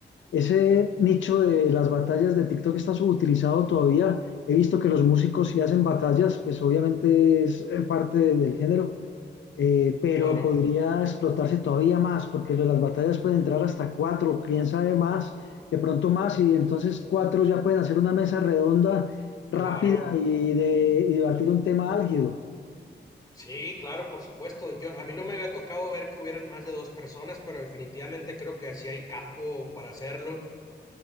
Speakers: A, on the left; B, on the left.
A: ese nicho de las batallas de TikTok está subutilizado todavía. He visto que los músicos sí hacen batallas, pues obviamente es eh, parte de- del género, eh, pero
B: Claro,
A: podría explotarse todavía más, porque lo de las batallas pueden entrar hasta cuatro, quién sabe más, de pronto más, y entonces cuatro ya pueden hacer una mesa redonda rápida
B: claro.
A: y, de, y debatir un tema álgido.
B: Sí, claro, por supuesto. Yo, a mí no me había tocado ver que hubieran más de dos personas, pero definitivamente creo que así hay campo para hacerlo.